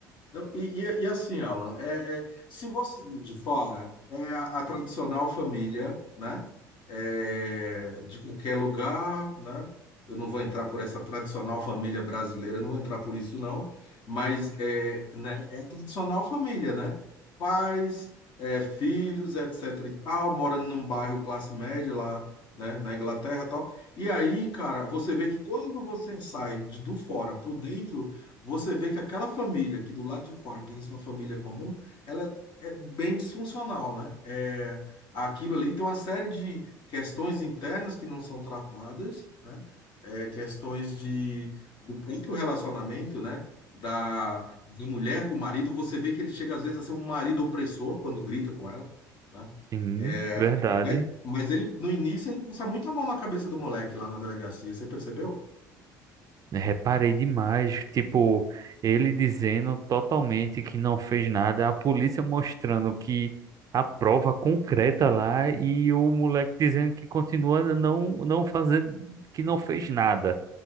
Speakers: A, on the left; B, on the right.
A: Não, e, e- e assim, Alan, é, é, se você vir de fora, é a, a tradicional família, né? É, de qualquer lugar, né? Eu não vou entrar por essa tradicional família brasileira, não vou entrar por isso, não. Mas é, né, é a tradicional família, né? Pais, é, filhos, etc e tal, morando num bairro classe média lá, né, na Inglaterra e tal. E aí, cara, você vê que quando você sai de- do fora pro dentro você vê que aquela família que do lado de fora parece uma família comum, ela é bem disfuncional, né? É, aquilo ali tem uma série de questões internas que não são tratadas, né? É, questões de, do próprio relacionamento, né? Da, da mulher com o marido, você vê que ele chega às vezes a ser um marido opressor quando grita com ela, né?
B: Sim,
A: É,
B: É. verdade.
A: mas, mas ele, no início, ele passa muito a mão na cabeça do moleque lá na delegacia, você percebeu?
B: né, Reparei demais, tipo, ele dizendo totalmente que não fez nada, a polícia mostrando que a prova concreta lá e o moleque dizendo que continua não não fazendo, que não fez nada.